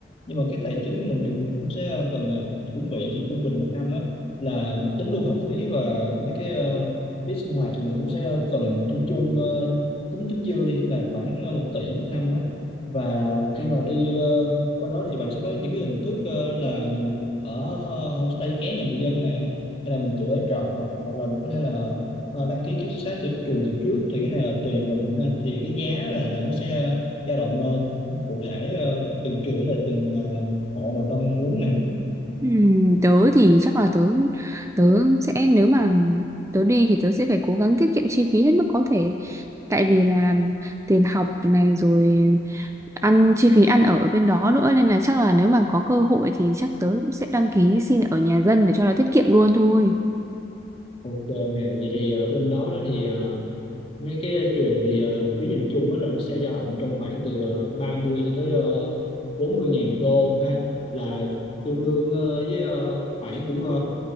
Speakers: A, on the left; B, on the right.
A: nhưng mà cái tài chính của mình thì mình cũng sẽ ờ, cần ờ, chuẩn bị thì trung bình một năm á là tính luôn học phí và mấy cái ờ, phí sinh hoạt thì mình cũng sẽ cần chung chung ờ, tính tính dư đi là khoảng ờ, một tỷ một năm á và khi mà đi ờ, qua đó thì bạn sẽ có những cái hình thức ờ, là mình ở homestay ké nhà người dân nè hay là mình tự ở trọ hoặc là mình có thể là ờ, đăng ký ký túc xá từ trường từ trước thì cái này là tùy mình ha thì cái giá là là nó sẽ dao động ờ, cụ thể ờ, từng trường với lại từng ờ, hộ mà người ta muốn nè
B: Ừm, tớ thì chắc là tớ tớ sẽ nếu mà tớ đi thì tớ sẽ phải cố gắng tiết kiệm chi phí hết mức có thể tại vì là tiền học này rồi ăn chi phí ăn ở ở bên đó nữa nên là chắc là nếu mà có cơ hội thì chắc tớ cũng sẽ đăng ký xin ở nhà dân để cho nó tiết kiệm luôn thôi
A: Ok nè, vậy thì ờ, bên đó đó thì ờ, mấy cái ờ, trường thì ờ, học phí nhìn chung á là nó sẽ dao động trong khoảng từ ờ, 30 cho tới uh, 40 ngàn đô ha là tương đương ờ, với ờ, khoảng cũng ờ,